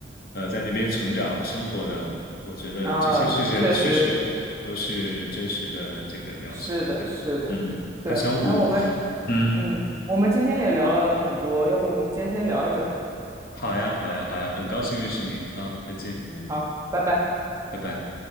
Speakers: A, on the left; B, on the right.
A: 呃，在那边成长生活的，我觉得这些事情确实都是真实的这个描写。
B: 啊，确实是的，
A: 对，
B: 是的，
A: 嗯，
B: 对。
A: 他想五，
B: 哎，我们
A: 嗯，
B: 嗯，我们今天也聊了很多，要不我们今天先聊着。
A: 好呀，好呀，好呀，很高兴认识你啊，再见，
B: 嗯，好，拜拜。
A: 拜拜。